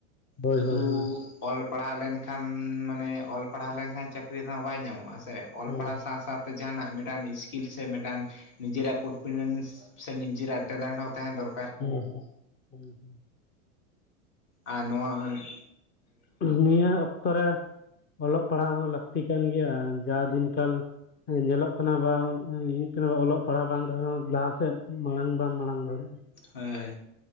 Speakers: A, on the left (about 25°); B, on the left (about 50°).
A: ᱦᱳᱭ
B: ᱥᱩᱫᱩ
A: ᱦᱳᱭ
B: <unintelligible> ᱚᱞ ᱯᱟᱲᱦᱟᱣ ᱞᱮᱱ ᱠᱷᱟᱱ ᱢᱟᱱᱮ ᱚᱞ ᱯᱟᱲᱦᱟᱣ ᱞᱮᱱ ᱠᱷᱟᱱ ᱪᱟᱹᱠᱨᱤ <unintelligible> ᱵᱟᱭ ᱧᱟᱢᱚᱜᱼᱟ ᱥᱮ ᱚᱞ
A: ᱦᱳᱭ
B: ᱯᱟᱲᱦᱟᱣ ᱥᱟᱶ ᱥᱟᱶ ᱛᱮ ᱡᱟᱦᱱᱟᱜ ᱢᱤᱫᱴᱟᱝ ᱤᱥᱠᱤᱞ ᱥᱮ ᱢᱤᱫᱴᱟᱱ ᱱᱤᱡᱮᱨᱟᱜ ᱠᱚᱱᱯᱷᱤᱰᱮᱱᱥ ᱥᱮ ᱱᱤᱡᱮᱨᱟᱜ ᱴᱮᱞᱮᱱᱴ ᱦᱚᱸ ᱛᱟᱦᱮᱸ ᱫᱚᱨ
A: <unintelligible>
B: ᱟᱨ ᱱᱚᱣᱟ ᱵᱟᱹᱱᱩᱜ
A: <unintelligible> ᱱᱤᱭᱟᱹ ᱚᱠᱛᱚ ᱨᱮ ᱚᱞᱚᱜ ᱯᱟᱲᱦᱟᱜ ᱦᱚᱸ ᱞᱟᱹᱠᱛᱤ ᱠᱟᱱ ᱜᱮᱭᱟ ᱡᱟ ᱫᱤᱱᱠᱟᱞ ᱧᱮᱞᱚᱜ ᱠᱟᱱᱟ ᱵᱟ ᱧᱤᱛ ᱨᱮᱦᱚᱸ ᱚᱞᱚᱜ ᱯᱟᱲᱦᱟᱜ ᱵᱟᱝ ᱨᱮᱦᱚᱸ ᱞᱟᱦᱟᱥᱮᱫ ᱢᱟᱲᱟᱝ ᱵᱟᱢ ᱢᱟᱲᱟᱝ ᱫᱟᱲᱮᱭᱟᱜᱼᱟ᱾
B: ᱦᱳᱭ